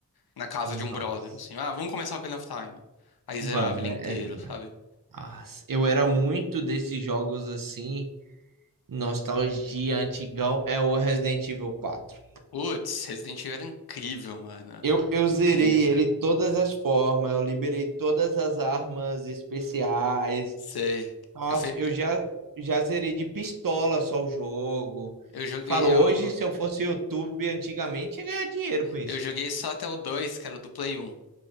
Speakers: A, on the left (about 80°); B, on the right (about 60°).
A: na casa
B: Nossa.
A: de um brother, assim. Ah, vamos começar o Ocarina of Time. Aí
B: Vamos,
A: zerava ele
B: é.
A: inteiro,
B: é,
A: sabe?
B: Ah, eu era muito desses jogos assim, nostalgia antigão, é o Resident Evil 4.
A: Putz, Resident Evil era incrível, mano.
B: Eu, eu
A: Incrível.
B: zerei ele todas as formas, eu liberei todas as armas especiais.
A: Sei.
B: Nossa,
A: Eu, fe...
B: eu já, já zerei de pistola só o jogo.
A: eu, joguei,
B: Falo, hoje
A: eu,
B: se eu fosse YouTube antigamente, ia ganhar dinheiro com isso.
A: eu joguei só até o 2, que era do Play 1.